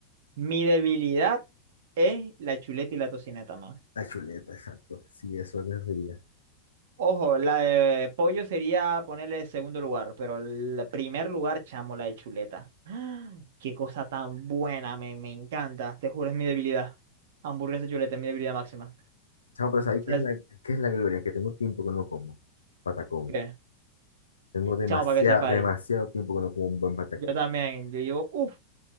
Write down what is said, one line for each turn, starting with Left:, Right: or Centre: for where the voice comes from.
Right: mi debilidad es la chuleta y la tocineta, man.
Left: La chuleta, exacto. Sí, eso es lo que sería.
Right: Ojo, la de pollo sería ponerle segundo lugar, pero el primer lugar, chamo, la de chuleta. ¡Ah! Qué cosa tan buena, me, me encanta. Te juro, es mi debilidad. Hamburguesa y chuleta es mi debilidad máxima.
Left: Chamo, pero ¿sabes
Right: ¿Sabes
Left: qué es la, qué es la gloria? Que tengo tiempo que no como. Patacón.
Right: qué?
Left: Tengo demasiado,
Right: Chamo, para que sepa
Left: demasiado
Right: ahí.
Left: tiempo que no como un buen patacón.
Right: Yo también, yo llevo, uff,